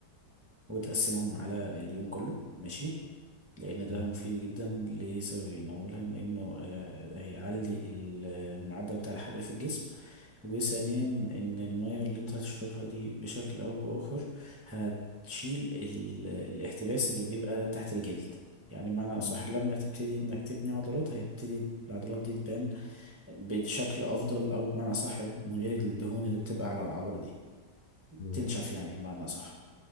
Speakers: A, on the right; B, on the left.
A: وتقسمهم على اليوم كله ماشي لأن ده
B: مم.
A: مفيد جدا لسببين أولا إنه آه، هيعلي ال- المعدل بتاع الحرق في الجسم وثانيا إن المية اللي أنت هتشربها دي بشكل أو بآخر هتشيل ال- الاحتباس اللي بيبقى تحت الجلد يعني بمعنى أصح
B: مم.
A: لما تبتدي إنك تبني عضلات هيبتدي العضلات دي تبان بشكل أفضل أو بمعنى أصح من غير الدهون اللي بتبقى على العضلة دي
B: مم.
A: تنشف يعني بمعنى أصح